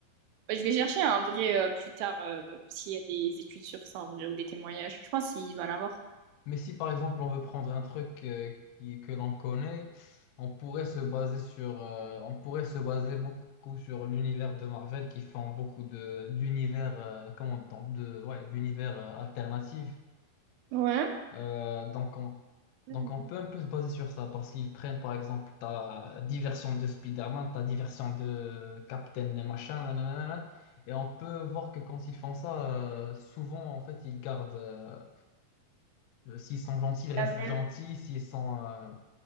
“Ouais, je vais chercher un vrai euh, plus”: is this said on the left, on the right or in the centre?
Right